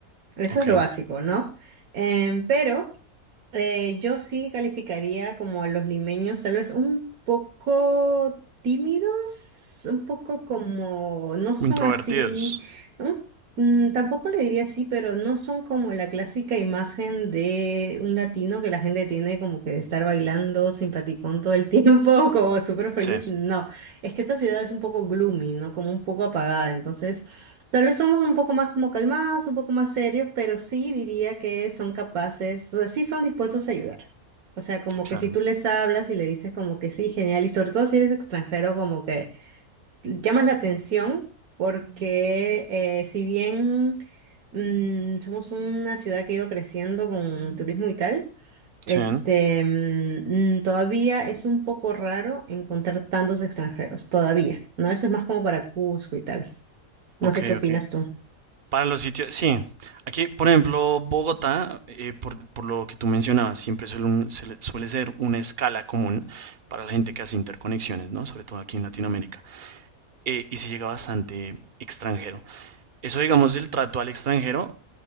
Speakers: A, on the right (about 90°); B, on the right (about 40°).
A: Eso
B: ok.
A: es lo básico, ¿no? Em, pero Eh, yo sí calificaría como a los limeños, tal vez un poco tímidos, un poco como, no son
B: Introvertidos.
A: así, un- mm, tampoco le diría así, pero no son como la clásica imagen de un latino que la gente tiene como que de estar bailando simpaticón todo el tiempo, <laughs> como súper feliz.
B: Sí,
A: No, es que esta ciudad es un poco gloomy, ¿no? Como un poco apagada, entonces... Tal vez somos un poco más como calmados, un poco más serios, pero sí diría que son capaces, o sea, sí son dispuestos a ayudar. O sea, como
B: claro.
A: que si tú les hablas y le dices como que sí, genial, y sobre todo si eres extranjero, como que llamas la atención porque eh, si bien mm, somos una ciudad que ha ido creciendo con turismo y tal, este,
B: Sí,
A: mm, mm, todavía es un poco raro encontrar tantos extranjeros, todavía, ¿no? Eso es más como para Cusco y tal. No
B: ok,
A: sé qué opinas
B: ok.
A: tú.
B: Para los sitios, sí. Aquí, por ejemplo, Bogotá, eh, por, por lo que tú mencionabas, siempre suele, un- se le- suele ser una escala común para la gente que hace interconexiones, ¿no? Sobre todo aquí en Latinoamérica. Eh, y se llega bastante extranjero. Eso, digamos, del trato al extranjero